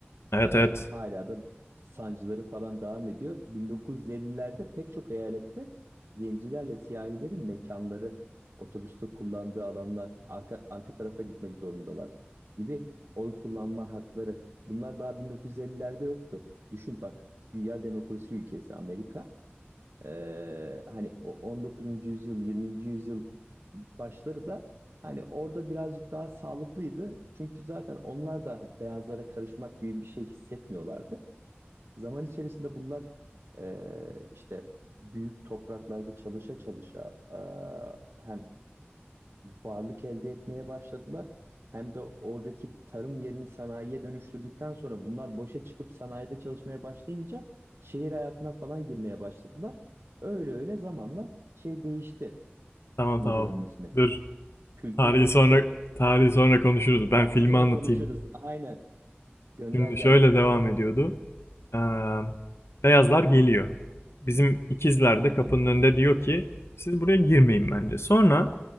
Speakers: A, on the left; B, on the right.
A: Evet
B: ee,
A: evet.
B: hala da sancıları falan devam ediyor. 1950'lerde pek çok eyalette zencilerle siyahilerin mekanları, otobüste kullandığı alanlar, arka, arka tarafa gitmek zorundalar gibi oy kullanma hakları. Bunlar daha 1950'lerde yoktu. Düşün bak, dünya demokrasi ülkesi Amerika. Ee, hani o 19. yüzyıl, 20. yüzyıl başları da hani orada birazcık daha sağlıklıydı. Çünkü zaten onlar da beyazlara karışmak gibi bir şey hissetmiyorlardı. Zaman içerisinde bunlar e, işte büyük topraklarda çalışa çalışa e, hem varlık elde etmeye başladılar. Hem de oradaki tarım yerini sanayiye dönüştürdükten sonra bunlar boşa çıkıp sanayide çalışmaya başlayınca şehir hayatına falan girmeye başladılar. Öyle öyle zamanla şey değişti.
A: Tamam
B: Nedir
A: tamam.
B: onun ismi?
A: Dur.
B: Kültür
A: Tarihi
B: değişti.
A: sonra tarihi
B: Heh,
A: sonra konuşuruz. Ben
B: tabii
A: filmi
B: sonra
A: anlatayım.
B: konuşuruz. Aynen. Gönder
A: Şimdi
B: gelsin.
A: şöyle devam ediyordu. Ee, beyazlar geliyor. Bizim ikizler
B: Hı
A: de
B: hı.
A: kapının önünde diyor ki siz buraya girmeyin bence. Sonra